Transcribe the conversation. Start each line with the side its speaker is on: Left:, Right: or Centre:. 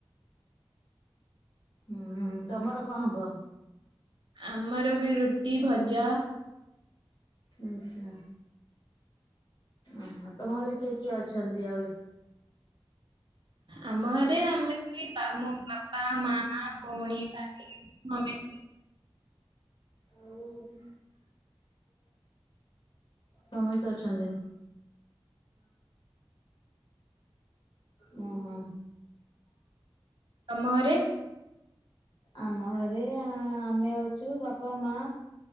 Left: ହୁଁ ତମର କଣ ହବ?
Right: ଆମର ବି ରୁଟି ଭଜା
Left: ଆଚ୍ଛା ଓହୋ ତମ ଘରେ କିଏ କିଏ ଅଛନ୍ତି ଆଉ?
Right: ଆମ ଘରେ ଆମେ ମୋ ବାପା ମା ଭଉଣୀ ନାନା ମମି।
Left: ଖାଲି। ସମସ୍ତେ ଅଛନ୍ତି। ହୁଁ ହୁଁ।
Right: ତମ ଘରେ?
Left: ଆମ ଘରେ ଆ ଆମେ ଅଛୁ ବାପା ମା